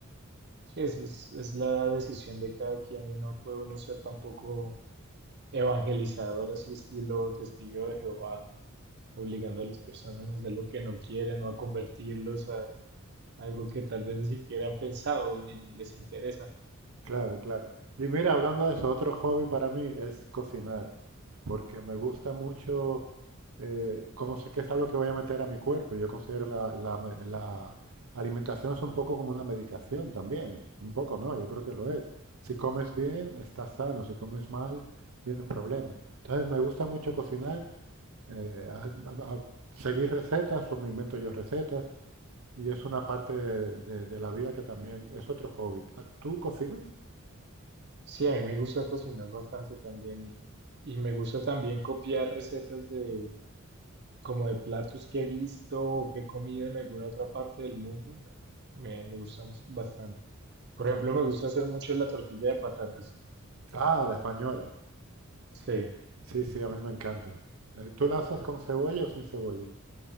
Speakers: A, on the right (about 50°); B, on the right (about 80°).
A: Sí, esa es, es la decisión de cada quien y no puede uno ser tampoco evangelizador así estilo testigo de Jehová obligando a las personas a hacer lo que no quieren o a convertirlos a algo que tal vez ni siquiera han pensado o ni les interesa.
B: Claro, claro. Y mira, hablando de eso, otro hobby para mí es cocinar, porque me gusta mucho, eh, como sé que es algo que voy a meter a mi cuerpo, yo considero la, la me- la alimentación es un poco como una medicación también, un poco, ¿no? Yo creo que lo es. Si comes bien, estás sano, si comes mal, vienen problemas. Entonces, me gusta mucho cocinar, eh, a- a- a seguir recetas o me invento yo recetas, y es una parte de, de- de la vida que también es otro hobby. ¿A- ¿Tú cocinas?
A: Sí, a mí me gusta cocinar bastante también y, y me gusta también copiar recetas de como de platos que he visto o que he comido en alguna otra parte del mundo. Me, me, me gusta bas- bastante. Por ejemplo, me gusta hacer mucho la tortilla de patatas.
B: Ah, la española.
A: Sí,
B: Sí, sí, a mí me encanta. Eh, ¿Tú la haces con cebolla o sin cebolla?